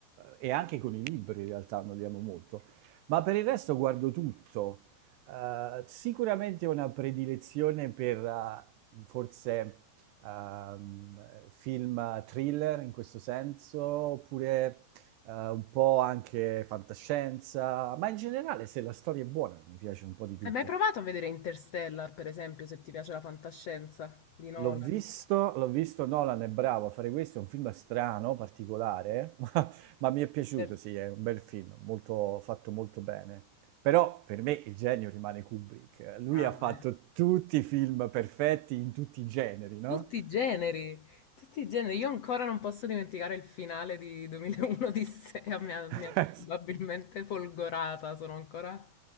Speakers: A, on the right; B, on the left.
A: e anche con i libri, in realtà non li amo molto, ma per il resto guardo tutto. Eh, sicuramente ho una predilezione per eh, forse ehm, film thriller in questo senso, oppure eh, un po' anche fantascienza, ma in generale se la storia è buona mi piace un po' di tutto.
B: Hai mai provato a vedere Interstellar, per esempio, se ti piace la fantascienza di Nolan?
A: L'ho visto, l'ho visto, Nolan è bravo a fare questo, è un film strano, particolare, <laughs> ma, ma mi è piaciuto,
B: Certo.
A: sì, è un bel film, molto, fatto molto bene. Però per me il genio rimane Kubrick. Lui
B: Ah,
A: ha fatto
B: beh.
A: tutti i film perfetti in tutti i generi, no?
B: Tutti i generi, tutti i generi. Io ancora non posso dimenticare il finale di 2001 Odissea, mi
A: <laughs>
B: ha, mi ha probabilmente folgorata, sono ancora